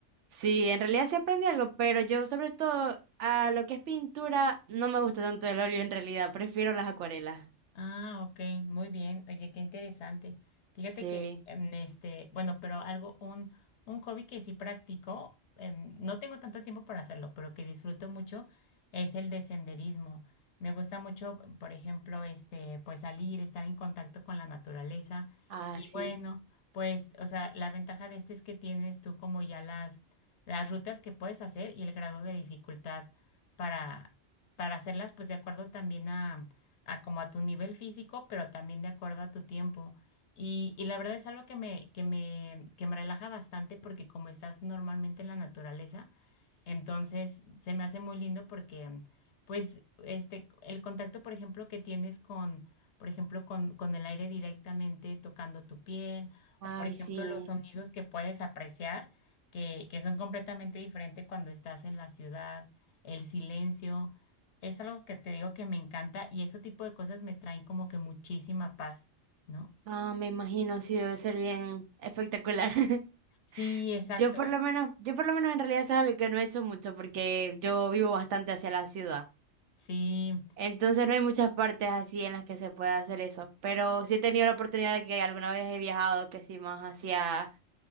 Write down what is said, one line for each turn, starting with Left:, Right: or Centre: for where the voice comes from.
Right: Sí, en realidad sí aprendí algo, pero yo sobre todo a lo que es pintura no me gusta tanto el óleo en realidad, prefiero las acuarelas.
Left: Ah, ok, muy bien. Oye, qué interesante. Fíjate
Right: Sí,
Left: que, em, este, bueno, pero algo, un, un hobby que sí practico, em, no tengo tanto tiempo para hacerlo, pero que disfruto mucho es el de senderismo. Me gusta mucho, por ejemplo, este, pues salir, estar en contacto con la naturaleza.
Right: ah,
Left: Y
Right: sí,
Left: bueno, pues, o sea, la ventaja de este es que tienes tú como ya las, las rutas que puedes hacer y el grado de dificultad para, para hacerlas, pues de acuerdo también a a como a tu nivel físico, pero también de acuerdo a tu tiempo. Y, y la verdad es algo que me, que me, que me relaja bastante porque como estás normalmente en la naturaleza, entonces, se me hace muy lindo porque, pues, este, el contacto, por ejemplo, que tienes con, por ejemplo, con, con el aire directamente tocando tu piel,
Right: ay,
Left: o por ejemplo,
Right: sí,
Left: los sonidos que puedes apreciar, que, que son completamente diferentes cuando estás en la ciudad, el silencio, es algo que te digo que me encanta y ese tipo de cosas me traen como que muchísima paz, ¿no?
Right: ah, me imagino, sí, debe ser bien espectacular. <laughs>
Left: Sí, exacto.
Right: Yo por lo menos, yo por lo menos en realidad eso es algo que no he hecho mucho porque yo vivo bastante hacia la ciudad.
Left: Sí.
Right: Entonces no hay muchas partes así en las que se pueda hacer eso. Pero sí he tenido la oportunidad de que alguna vez he viajado que sí más hacia,